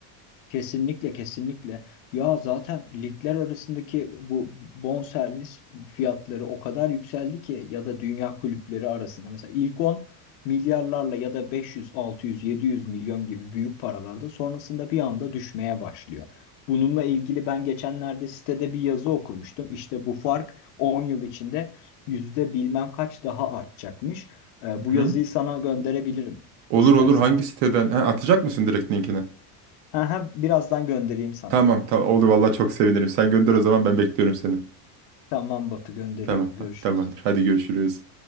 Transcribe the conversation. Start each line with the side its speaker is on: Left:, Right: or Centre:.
Left: Kesinlikle kesinlikle. Ya zaten ligler arasındaki bu bonservis fiyatları o kadar yükseldi ki ya da dünya kulüpleri arasında mesela ilk on milyarlarla ya da 500, 600, 700 milyon gibi büyük paralarda sonrasında bir anda düşmeye başlıyor. Bununla ilgili ben geçenlerde sitede bir yazı okumuştum. İşte bu fark 10 yıl içinde yüzde bilmem kaç daha artacakmış. Ee, bu
Right: Hı hı.
Left: yazıyı sana gönderebilirim
Right: Olur
Left: istersen.
Right: olur hangi siteden? Ha, atacak mısın direkt linkini?
Left: Ha, ha, birazdan göndereyim sana.
Right: Tamam tamam oldu vallahi çok sevinirim. Sen gönder o zaman ben bekliyorum seni.
Left: Tamam Batu gönderiyorum.
Right: Tamam
Left: Görüşürüz.
Right: ha- tamamdır. Hadi görüşürüz.